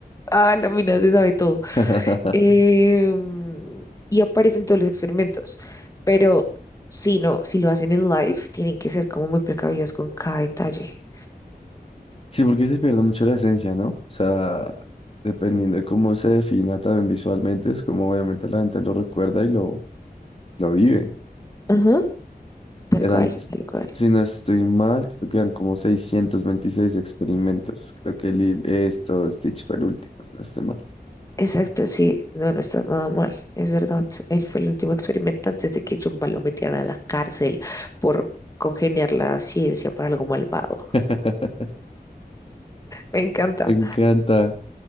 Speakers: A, on the left (about 20°); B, on the left (about 35°).
A: Ah, la mina se sabe todo.
B: <laughs>
A: Em, y aparecen todos los experimentos. Pero si no, si lo hacen en live, tienen que ser como muy precavidos con cada detalle.
B: Sí, porque se pierde mucho la esencia, ¿no? O sea, dependiendo de cómo se defina también visualmente, es como obviamente la gente lo recuerda y lo, lo vive.
A: Ajá. Tal
B: Eran,
A: cual,
B: s-
A: tal cual.
B: si no estoy mal, creo que eran como 626 experimentos. Creo que Lil- esto, Stitch fue el último, si no estoy mal.
A: Exacto, sí, no, no estás nada mal, es verdad. Él fue el último experimento antes de que Jumba lo metiera a la cárcel por congeniar la ciencia para algo malvado.
B: <laughs>
A: Me encanta.
B: Me encanta.